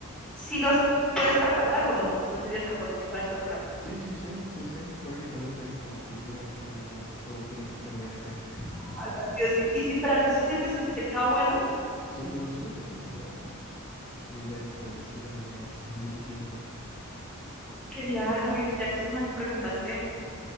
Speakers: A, in the centre; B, on the left.
A: si los puedes preparar o no, no serías capaz o si sí sabes prepararlo.
B: Sí, sí, sí, sí, sí. Prácticamente es como cultura general que todo tiene que aprender a hacer. <laughs>
A: Así, así. Y si para ti sí sientes que sí te queda bueno,
B: Sí, yo siento que sí, la verdad. Te Digo, ya es tradición, ya es mucho tiempo.
A: quería también, ya que estamos aquí, preguntarte,